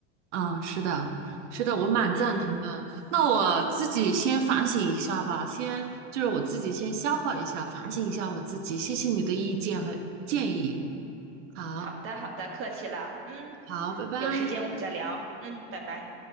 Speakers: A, on the right; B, on the right.
A: 啊，是的，是的，我蛮赞同的。
B: 嗯
A: 那我自己先反省一下吧，先就是我自己先消化一下，反省一下我自己。谢谢你的意见和建议。
B: 嗯，
A: 好，
B: 好的好的，客气了。嗯，
A: 好，拜拜。
B: 有时间我们再聊。嗯，拜拜。